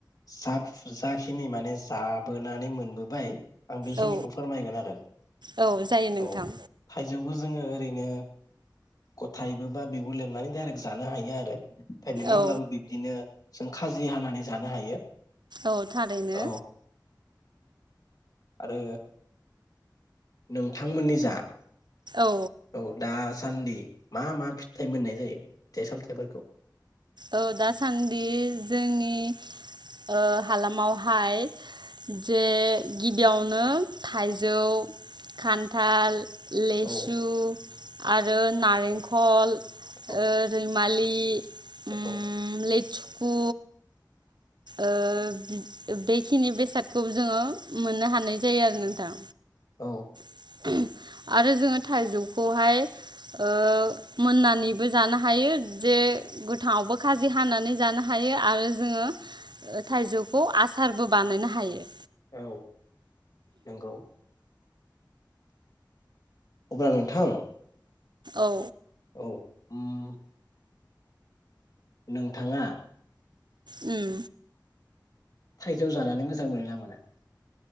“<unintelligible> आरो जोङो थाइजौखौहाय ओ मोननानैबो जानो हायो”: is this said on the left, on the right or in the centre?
Right